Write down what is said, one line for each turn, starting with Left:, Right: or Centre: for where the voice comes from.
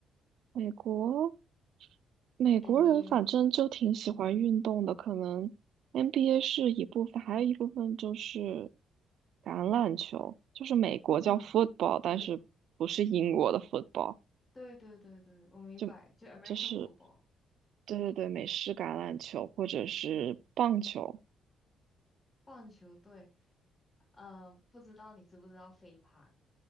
Right: 美国美国人反正就挺喜欢运动的，
Left: ，NBA。
Right: 可能 NBA 是一部分，还有一部分就是橄榄球，就是美国叫
Left: 嗯，
Right: football，但是不是英国的
Left: 对
Right: football，
Left: 对对对对，我明白，
Right: 就就是
Left: 就 American football
Right: 对对对，美式橄榄球或者是棒球
Left: 嗯，棒球队，呃，不知道你知不知道飞盘？